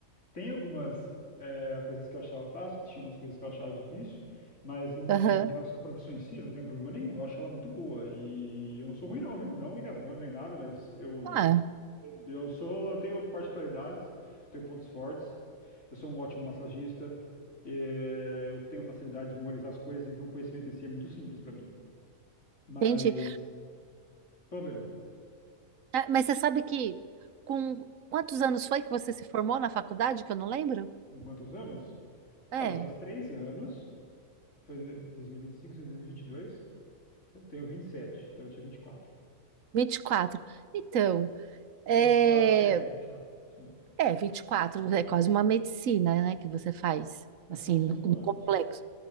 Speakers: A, on the left; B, on the right.
A: Tem algumas eh, coisas que eu achava fácil, tinha umas coisas que eu achava difícil, mas em
B: Aham.
A: relação à profissão em si, eu não tenho problema nenhum. Eu acho ela muito boa e eu não sou ruim não, viu? Não me gabando nem nada, mas eu
B: Ah,
A: eu sou, eu tenho particularidades, eu tenho pontos fortes. Eu sou um ótimo massagista, eh, eu tenho facilidade de memorizar as coisas, então o conhecimento em si é muito simples para mim. Mas
B: entendi.
A: problema,
B: Ah, mas você sabe que com quantos anos foi que você se formou na faculdade, que eu não lembro?
A: com quantos anos?
B: É.
A: Olha, faz três anos, foi dois dois mil mil vinte vinte e cinco, dois mil e vinte e dois. Eu tenho 27, então eu tinha 24.
B: vinte e quatro Então, é,
A: 24. É, foi 24. Isso mesmo.
B: é 24 é quase uma medicina, né, que você faz,
A: É,
B: assim,
A: foram cinco
B: no, no
A: anos.
B: complexo.